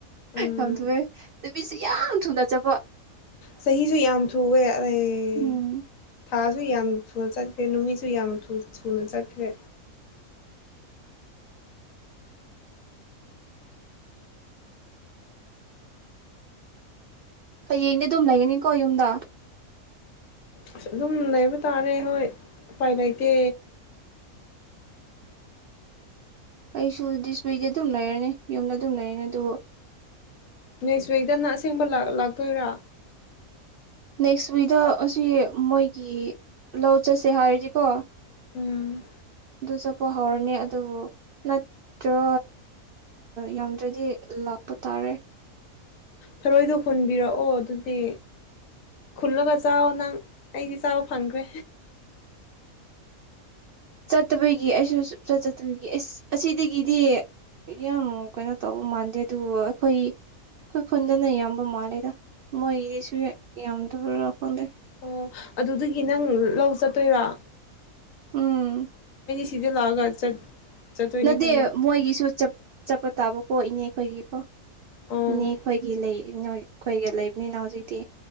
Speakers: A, on the left; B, on the right.
A: ꯎꯝ
B: ꯌꯥꯝꯊꯣꯛꯑꯦ ꯅꯨꯄꯤꯁꯤ ꯌꯥꯝ ꯊꯨꯅ ꯆꯕ
A: ꯆꯍꯤꯁꯨ ꯌꯥꯝ ꯊꯣꯛꯑꯦ ꯑꯩ
B: ꯎꯝ
A: ꯊꯥꯁꯨ ꯌꯥꯝ ꯊꯨꯅ ꯆꯠꯈ꯭ꯔꯦ ꯅꯨꯃꯤꯠꯁꯨ ꯌꯥꯝ ꯊꯨꯅ ꯆꯠꯈ꯭ꯔꯦ
B: ꯍꯌꯦꯡꯗꯤ ꯑꯗꯨꯝ ꯂꯩꯒꯅꯤꯀꯣ ꯌꯨꯝꯗ
A: ꯑꯁ ꯑꯗꯨꯝ ꯂꯩꯕ ꯇꯥꯔꯦ ꯍꯣꯏ ꯎꯄꯥꯏ ꯂꯩꯇꯦ
B: ꯑꯩꯁꯨ ꯗꯤꯁꯄ꯭ꯂꯦꯗꯤ ꯑꯗꯨꯝ ꯂꯩꯔꯅꯤ ꯌꯨꯝꯗ ꯑꯗꯨꯝ ꯂꯩꯔꯅꯤ ꯑꯗꯨꯕꯨ
A: ꯅꯁꯨꯋꯗ ꯅ ꯁꯦꯝꯦꯡꯕ ꯂꯥꯛ ꯇꯣꯏꯔꯥ
B: ꯅꯦꯛꯁ ꯋꯤꯛꯗ ꯑꯁꯤ ꯃꯣꯏꯒꯤ ꯂꯧ ꯆꯠꯁꯦ ꯍꯥꯏꯔꯗꯤꯀꯣ
A: ꯎꯝ
B: ꯑꯗꯨ ꯆꯠꯄ ꯍꯧꯔꯅꯤ ꯑꯗꯨꯕꯨ ꯅꯠꯇ꯭ꯔ ꯌꯥꯝꯗ꯭ꯔꯗꯤ ꯂꯥꯛꯄ ꯇꯥꯔꯦ
A: ꯊꯔꯣꯏꯗꯣ ꯍꯨꯟꯕꯤꯔꯛꯑꯣ ꯑꯗꯨꯗꯤ ꯈꯨꯨꯜꯂꯒ ꯆꯥꯛꯑꯣ ꯅꯪ ꯑꯩꯗꯤ ꯆꯥꯕ ꯐꯪꯈ꯭ꯔꯦ
B: ꯆꯠꯇꯕꯤꯒꯤ ꯑꯩꯁꯨ ꯁꯆꯠ ꯆꯠꯇꯕꯤꯒꯤ ꯑꯁ ꯑꯁꯤꯗꯒꯤꯗꯤ ꯌꯥꯝ ꯀꯩꯅꯣ ꯇꯧꯕ ꯃꯥꯟꯗꯦ ꯑꯗꯨꯕꯨ ꯑꯩꯈꯣꯏ ꯑꯩꯈꯣꯏ ꯈꯨꯟꯗꯅ ꯌꯥꯝꯕ ꯃꯥꯜꯂꯦꯗ ꯃꯣꯏꯒꯤꯗꯤꯁꯨ ꯌꯥꯝꯗꯕꯥ ꯈꯪꯗꯦ
A: ꯑꯣ ꯑꯗꯨꯒꯤ ꯅꯪ ꯂꯧ ꯆꯠꯇꯣꯏꯔ
B: ꯎꯝ
A: ꯁꯤꯗ ꯂꯥꯛꯒ ꯆꯠ ꯆꯠꯇꯣꯏꯅꯦ
B: ꯅꯠꯇꯦ
A: ꯈꯟꯕ
B: ꯃꯣꯏꯒꯤꯁꯨ ꯆꯞꯄ ꯇꯥꯕ ꯀꯣ ꯏꯅꯦ ꯈꯣꯏꯒꯤꯀꯣ ꯑꯩꯈꯣꯏꯒꯤ
A: ꯑꯣ
B: ꯂꯩ ꯅꯣꯏ ꯑꯩꯈꯣꯏꯒ ꯂꯩꯕꯅꯤꯅ ꯍꯧꯖꯤꯛꯇꯤ